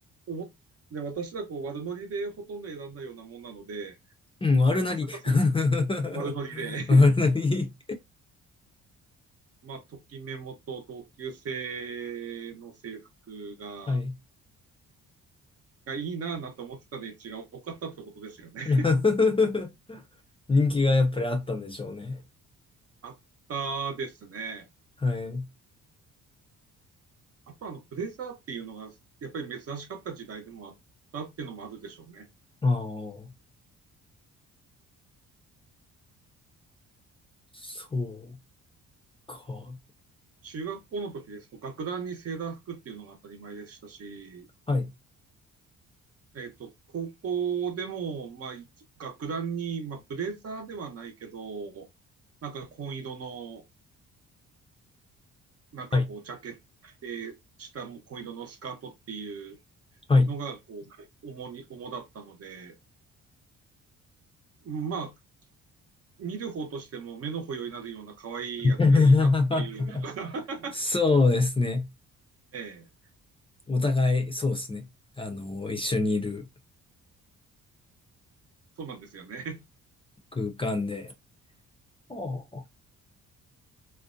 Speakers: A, on the right; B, on the left.
A: 思っね、私はこう悪ノリでほとんど選んだようなもんなので、
B: うん、悪なり。
A: まさかそうい
B: <laughs>
A: う悪ノリで
B: 悪なり。
A: まあ、ときメモと同級生の制服が、
B: はい。
A: がいいなぁなと思ってたで池が多かったってことですよね。
B: <laughs> 人気がやっぱりあったんでしょうね。
A: <laughs> あったですね。
B: はい。
A: あとあの、ブレザーっていうのが、やっぱり珍しかった時代でもあったっていうのもあるでしょうね。
B: ああ、そうか。
A: 中学校の時ですと、学ランにセーラー服っていうのが当たり前でしたし、
B: はい。
A: えっと、高校でも、まあ、学ランに、まあ、ブレザーではないけど、なんか紺色のなんかこう、
B: はい。
A: ジャケットで、下も紺色のスカートっていう
B: はい。
A: のが、こう、主に、主だったので、まあ、見る方としても目の保養になるような可愛いやつがいいなっていうのが、
B: <laughs>
A: <laughs>
B: そうですね。
A: ええ、
B: お互い、そうですね。あの、一緒にいる
A: そうなんですよね。
B: 空間で。ああ